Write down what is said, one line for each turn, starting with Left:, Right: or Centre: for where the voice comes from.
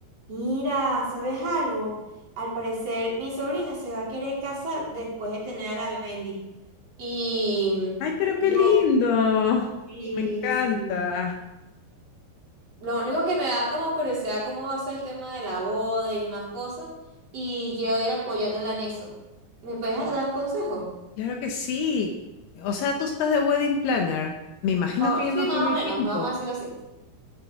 Right: Mira, ¿sabes algo? Al parecer mi sobrina se va a querer casar después de tener a la Bendy. Y mm,
Left: Ay, pero qué
Right: yo,
Left: lindo.
Right: sí,
Left: Me encanta.
Right: sí. Lo único que me da como curiosidad cómo va a ser el tema de la boda y demás cosas. Y quiero ir apoyándola en eso. ¿Me puedes dar un consejo?
Left: Claro que sí. O sea, tú estás de wedding planner. Me imagino
Right: O
Left: que
Right: sí,
Left: ya no tiene
Right: más o menos,
Left: tiempo.
Right: vamos a decirlo así.